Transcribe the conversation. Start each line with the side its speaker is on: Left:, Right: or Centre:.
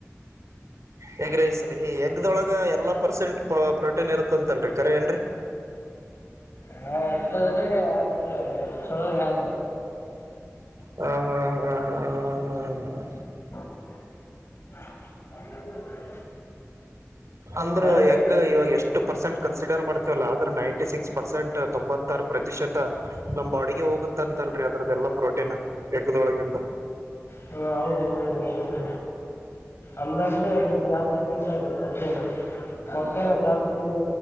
Right: ಹೆಗ ರಸ್ರೀ ಎಗ್ಗ್ದೊಳಗ ಎಲ್ಲಾ ಪರ್ಸೆಂಟ್ ಪ್ರೋಟೀನ್ ಇರುತ್ತಂತಲ್ರರಿ ಕರ ಏನ್ರರಿ <inaudible>
Left: ಹಾ ಇರ್ತದ್ರಿ ಅಷ್ಟ ಚಲೋರಿ ಆದ್ರ
Right: ಹ್ಮ ಹಾ್ ಹಾ್ ಹಾ ಹ ಹಾ
Left: <inaudible>
Right: ಅಂದ್ರ
Left: ಮಳೆ ಆಗೈತೆ
Right: ಯಕ ಇವಾಗ ಎಷ್ಟು ಪರ್ಸೆಂಟ್ ಕನ್ಸಿಡರ್ ಮಾಡ್ತೀವಲ್ಲ ಆದ್ರೆ ನೈಂಟಿ ಸಿಕ್ಸ್ ಪರ್ಸೆಂಟ್ ತೊಂಬತ್ತಾರು ಪ್ರತಿಶತ ನಮ್ ಅಡಿಗೆ ಹೋಗತ್ತ ಅಂತಲ್ರರಿ ಅದ್ರದ್ದೆಲ್ಲಾ ಪ್ರೋಟೀನ್ ಎಗ್ದೊಳಗಿಂದ
Left: ಹಾ ಹೌದು ಹೋಗ್ರ ಹೋಗತೀರಿ ಅಂದಾಗ್ಲೇ ಜಾಸ್ತಿ ತಿಂತ ಇ್ರ ಸತ್ಯೇನ ಮೊತ್ತೆಲ್ಲ ಜಾಸ್ತಿ ಚಲ್ಲ